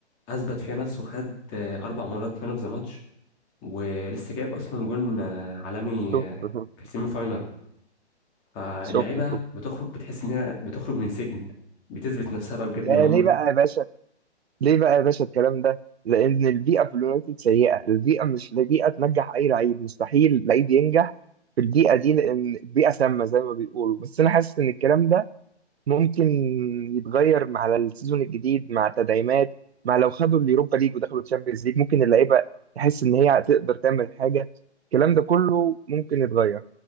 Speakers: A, on the left (about 20°); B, on the right (about 65°).
A: اثبت فيها نفسه خد آه، اربع مرات مان اوف ذا ماتش ولسه جايب اصلا جون آه، عالمي
B: شفت
A: آه،
B: شفت
A: في السيمي فاينال فاللعيبه
B: شفت شفت
A: بتخرج بتحس انها بتخرج من سجن بتثبت نفسها بقى بجد
B: ده
A: ان هم
B: ليه بقى يا باشا ليه بقى يا باشا الكلام ده لان البيئه في اليونايتد سيئه البيئه مش بيئه تنجح اي لعيب مستحيل لعيب ينجح في البيئه دي لان البيئه سامه زي ما بيقولوا بس انا حاسس ان الكلام ده ممكن يتغير مع السيزون الجديد مع تدعيمات مع لو خدوا اليوروبا ليج ودخلوا الشامبيونز ليج ممكن اللعيبه تحس ان هي هتقدر تعمل حاجه الكلام ده كله ممكن يتغير